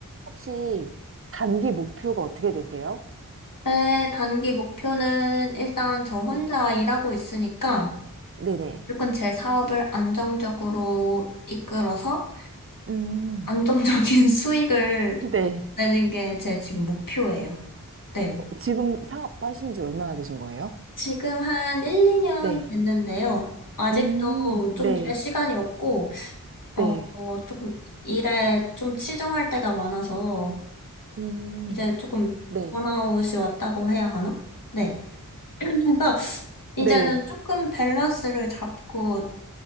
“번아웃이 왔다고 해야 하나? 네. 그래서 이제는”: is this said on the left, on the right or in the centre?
Left